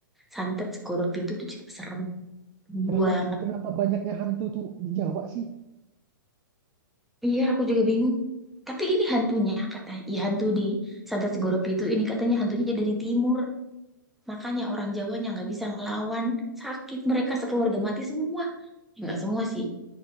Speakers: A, in the centre; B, on the right (about 30°).
A: Santet Segoro Pitu itu juga serem
B: Kenapa
A: banget.
B: kenapa banyaknya hantu tuh di Jawa sih?
A: Iya, aku juga bingung. Tapi ini hantunya katanya, iya hantu di Santet Segoro Pitu ini katanya hantunya dari timur. Makanya orang Jawanya nggak bisa ngelawan. Sakit mereka sekeluarga mati semua. Ya, nggak semua sih,